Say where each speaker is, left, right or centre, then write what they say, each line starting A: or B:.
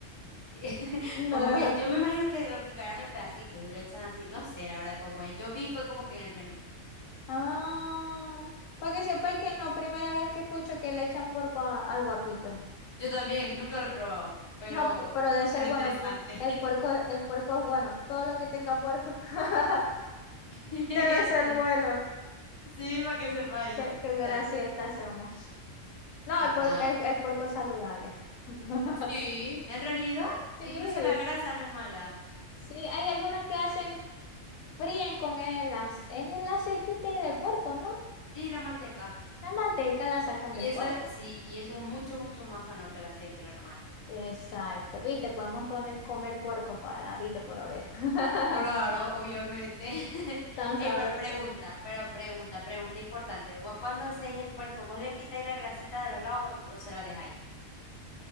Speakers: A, on the left; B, on the left.
A: <laughs>
B: No.
A: Como que yo me imagino que lo picarán en pedacitos y lo echan así. No sé, la verdad, cómo es. Yo vi fue como que en el menú.
B: Ah, para que sepáis que no, primera vez que escucho que le echan porco a- al guapito.
A: Yo también, nunca lo he probado, pero
B: No, p- pero debe ser
A: tan
B: bueno,
A: interesante.
B: pu- el puerco, el puerco es bueno, todo lo que tenga puerco <laughs>
A: <laughs>
B: debe ser
A: Sí,
B: bueno.
A: sí, para que sepáis.
B: Qué, qué
A: Total.
B: grasientas somos. No,
A: Total.
B: el, por- el, el puerco es saludable. <laughs>
A: Sí, en realidad,
B: Sí,
A: incluso la grasa no es mala.
B: sí, hay algunos que hacen, fríen con el, ace- es el aceite de puerco, ¿no?
A: Sí, la manteca.
B: La manteca la sacan
A: Y
B: del
A: eso,
B: puerco.
A: sí, y eso es mucho, mucho más sano que el aceite normal.
B: Exacto, viste, podemos poner, comer puerco para la vida por haber. <laughs>
A: Claro, obviamente. <laughs>
B: Tan sabroso
A: Ey, pero pregunta,
B: que es.
A: pero pregunta, pregunta importante. ¿Vos cuando hacéis el puerco, vos le quitáis la grasita de los lados o, o se la dejáis?